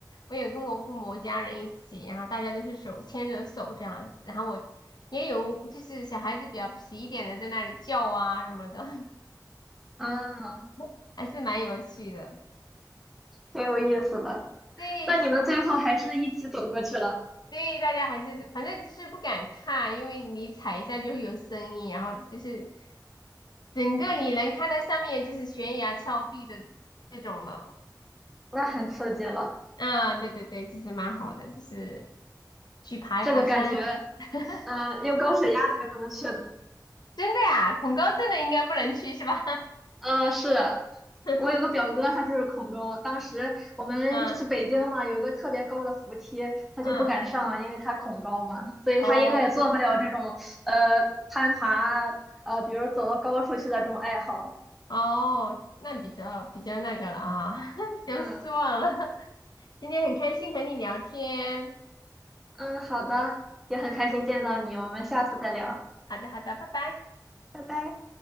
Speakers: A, on the left (about 70°); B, in the centre.
A: 我有跟我父母家人一起，然后大家都是手牵着手这样子，然后我也有就是小孩子比较皮一点的在那里叫啊什么的，
B: <laughs> 嗯，
A: <laughs> 还是蛮有趣的。
B: 挺有意思的。
A: 对，
B: 那你们最后还是一起走过去了，
A: 就是对大家还是反正就是不敢看，因为你踩一下就会有声音，然后就是整个你能看到下面就是悬崖峭壁的那种了。
B: 那很刺激了。
A: 嗯，对对对，其实蛮好的，就是去爬一爬山。
B: 这个感觉，
A: <laughs>
B: 嗯、有高血压的还不能去呢。
A: 真的呀，恐高症的应该不能去是吧？
B: 呃，是
A: <laughs>
B: 我有个表哥，他就是恐高。当时我们去北京嘛，
A: 嗯
B: 有一个特别高的扶梯，他就不敢上，
A: 嗯，
B: 因为他恐高嘛，所以他应该也做不了这种呃攀爬，
A: 哦，
B: 呃，比如走到高处去的这种爱好。
A: 哦，那比较比较那个了啊，<laughs> 比较失望了。
B: 嗯
A: <laughs> 今天很开心和你聊天，
B: 嗯，好的，也很开心见到你，我们下次再聊，
A: 好的好的，拜拜。
B: 拜拜。